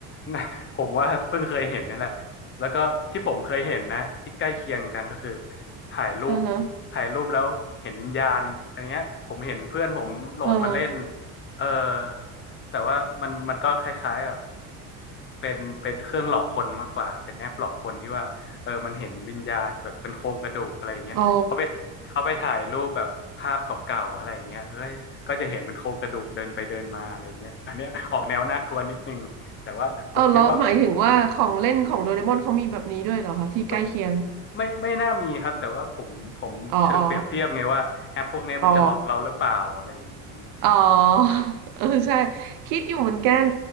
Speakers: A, on the left; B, on the right.
A: น่าผมว่าเพิ่งเคยเห็นนี่แหละแล้วก็ที่ผมเคยเห็นนะที่ใกล้เคียงกันก็คือถ่ายรูป
B: อือฮะ
A: ถ่ายรูปแล้วเห็นวิญญาณอันเนี้ยผมเห็นเพื่อนผมโหลดมาเล่น
B: เออ
A: เออแต่ว่ามันมันก็คล้ายๆแบบเป็นเป็นเครื่องหลอกคนมากกว่าเป็นแอปหลอกคนที่ว่าเออมันเห็นวิญญาณแบบเป็นโครงกระดูกอะไรอย่างเงี้ย
B: อ๋อ
A: เขาไปเขาไปถ่ายรูปแบบภาพเก่าๆอะไรอย่างเงี้ยเอ้ยก็จะเห็นเป็นโครงกระดูกเดินไปเดินมาอะไรอย่างเงี้ยอันเนี้ยออกแนวน่ากลัวนิดนึงแต่ว่าผมคิดว่า
B: เอาแล้วหมายถึงว่าของเล่นของโดเรมอนเขามีแบบนี้ด้วยเหรอคะที่ใกล้เคียง
A: ไม่ไม่ไม่น่ามีครับแต่ว่าผมผมเชิงเปรียบเทียบไงว่าแอปพวกเนี้ยมันจะหลอกเราหรือเปล่าอะไรอย่างนี้
B: อ๋ออ๋ออ๋ออ๋อ <laughs> เออใช่คิดอยู่เหมือนกัน